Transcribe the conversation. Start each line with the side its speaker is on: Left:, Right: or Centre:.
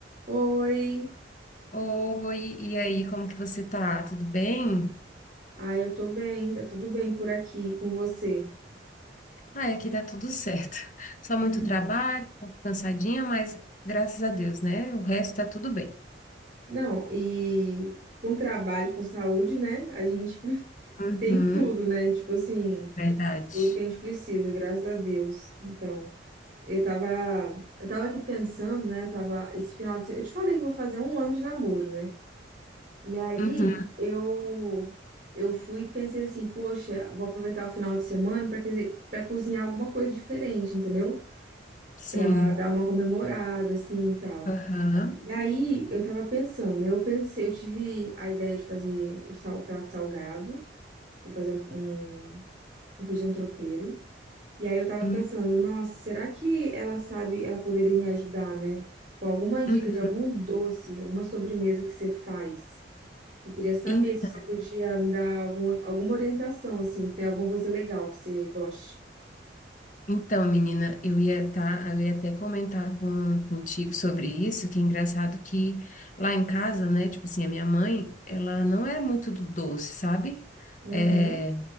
Right: Oi,
Left: Oi, e aí, como que você tá? Tudo bem?
Right: ah, eu tô bem, tá tudo bem por aqui com você.
Left: Ai, aqui tá tudo certo. <laughs> Só
Right: Uhum.
Left: muito trabalho, um pouco cansadinha, mas graças a Deus, né? O resto tá tudo bem.
Right: Não, e com trabalho, com saúde, né? A gente <laughs>
Left: Uhum,
Right: tem tudo, né? Tipo assim,
Left: verdade.
Right: tudo que a gente precisa, graças a Deus. Então, eu tava, eu tava aqui pensando, né? Tava esse final de semana, eu te falei que vou fazer um ano de namoro, né? E aí
Left: Uhum,
Right: eu eu fui e pensei assim, poxa, vou aproveitar o final de semana para para cozinhar alguma coisa diferente, entendeu?
Left: sim.
Right: pra dar uma comemorada, assim, e tal.
Left: Aham.
Right: E aí, eu tava pensando, né? Eu pensei, eu tive a ideia de fazer o sal, o prato salgado, vou fazer um, um, um feijão tropeiro. E aí, eu tava
Left: Hum,
Right: pensando, nossa, será que ela sabe, ela poderia me ajudar, né? Com alguma dica
Left: Uhum.
Right: de algum doce, alguma sobremesa que você faz. Eu queria saber
Left: Então,
Right: se você podia me dar alguma, alguma orientação, assim, se tem alguma coisa legal que você goste.
Left: então, menina, eu ia tá, eu ia até comentar com, contigo sobre isso, que é engraçado que lá em casa, né, tipo assim, a minha mãe, ela não é muito do doce, sabe?
Right: Uhum.
Left: É,